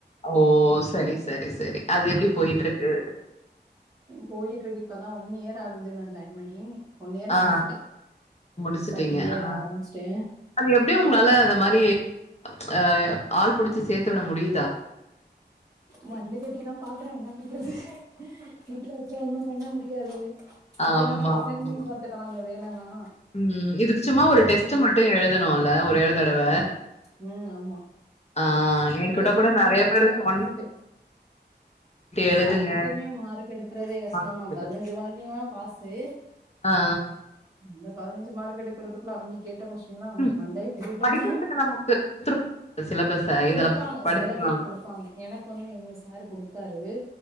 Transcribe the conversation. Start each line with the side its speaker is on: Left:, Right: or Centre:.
Left: ஓ சரி சரி சரி அது எப்டி போயிட்ருக்கு
Right: போயிட்ருக்கு இப்பதா ஒன் இயர் ஆகுது நா ஜாயின் பண்ணி ஒன் இயர்
Left: ஆ
Right: முடிச்சுட்ட
Left: முடிச்சுட்டீங்க
Right: செகண்ட் இயர்
Left: ஆ
Right: ஆரம்பிச்சிட்ட
Left: அது எப்டி உங்களா அத மாரி அ ஆள் புடிச்சி சேத்து விட முடியுதா
Right: மல்லு கட்டி தா பாக்ற என்ன பண்றது வீட்ல வச்சு ஒண்ணு பண்ண முடியாது
Left: ஆமா,
Right: இதுனா பசங்களையு
Left: ஆமா.
Right: பாத்துக்கலாம்ல வேலன்னா
Left: ம் இதுக்கு சும்மா ஒரு டெஸ்ட் மட்டு எழுதனுல ஒரேஒரு தடவ
Right: ம் ம் ஆமா
Left: ஆ
Right: அது சின்ன
Left: என்கிட்ட
Right: டெஸ்ட்டுங்கிறோ
Left: கூட நெறைய
Right: அதுதா
Left: பேரு சொன்
Right: நடக்கு அல்ல
Left: எழுதுங்க.
Right: அதுக்குமே மார்க்கெடுத் க்றதே கஷ்டோ
Left: மார்க்
Right: தா
Left: எடுக்க
Right: பதினஞ்சு மார்க்கு தா பாஸு
Left: ஆ ஆ
Right: அந்த பதினஞ்சு மார்க் எடுக்கறதுக்குள்ள அவிங்க கேட்ட கொஸ்டின்லா நமக்கு
Left: ம்.
Right: மண்டைய பிச்சுகிட்டு
Left: படிக்கிறதுக்கு
Right: வந்துரு
Left: நமக்கு குடுத்துருவாங்க சிலபஸ.
Right: குடுப்பாங்க
Left: இதில படிச்சுக்குவாங்க.
Right: செல பேர் குடுப்பாங்க எனக்கு வந்து எங்க சாரு குடுத்தாரு